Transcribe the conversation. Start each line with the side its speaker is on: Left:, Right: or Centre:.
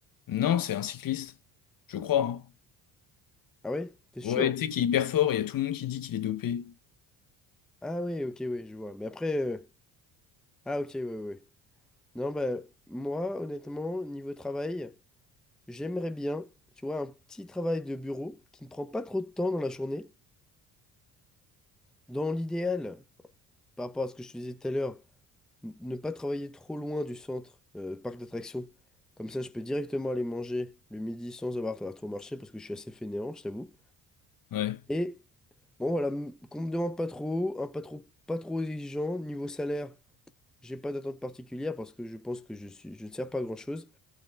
Left: Non, c'est un cycliste. Je crois, hein.
Centre: Ah oui? T'es
Left: Ouais,
Centre: sûr?
Left: tu sais, qui est hyper fort, il y a tout le monde qui dit qu'il est dopé.
Centre: Ah oui, ok, oui, je vois. Mais après, euh, ah ok, oui, oui. Non, bah, moi, honnêtement, niveau travail, j'aimerais bien, tu vois, un petit travail de bureau qui ne prend pas trop de temps dans la journée. Dans l'idéal, par rapport à ce que je te disais tout à l'heure, N- Ne pas travailler trop loin du centre, euh, parc d'attractions. Comme ça, je peux directement aller manger le midi sans avoir à trop marcher parce que je suis assez fainéant, je t'avoue.
Left: Ouais.
Centre: Et bon, voilà, m- qu'on me demande pas trop, un pas trop, pas trop exigeant. Niveau salaire, j'ai pas d'attente particulière parce que je pense que je suis, je ne sers pas à grand-chose.